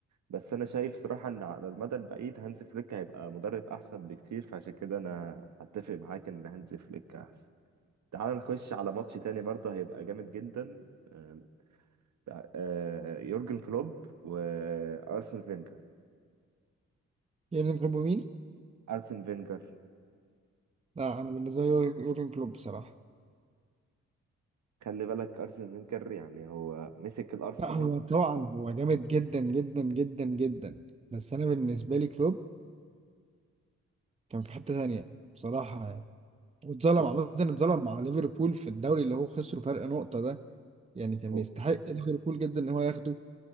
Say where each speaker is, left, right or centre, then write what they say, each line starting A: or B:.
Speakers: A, on the right (about 65°); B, on the right (about 20°).
A: بس انا شايف صراحه ان على المدى البعيد هانز فليك هيبقى مدرب احسن بكتير فعشان كده انا هتفق معاك ان هانز فليك احسن تعال نخش على ماتش تاني برضه هيبقى جامد جدا آم، تع- آه، يورجن كلوب وارسن فينجر
B: يورجن كلوب مين
A: ارسن فينجر
B: لا انا بالنسبه لي يور- يورجن كلوب بصراحه
A: خلي بالك ارسن فينجر يعني هو مسك الارسنال
B: لا هو طبعا هو جامد جدا جدا جدا جدا بس انا بالنسبه لي كلوب كان في حته ثانيه بصراحه يعني واتظلم
A: هو
B: عامه اتظلم مع ليفربول في الدوري اللي هو خسره فرق نقطه ده يعني كان
A: هو
B: يستحق ليفربول جدا ان هو ياخده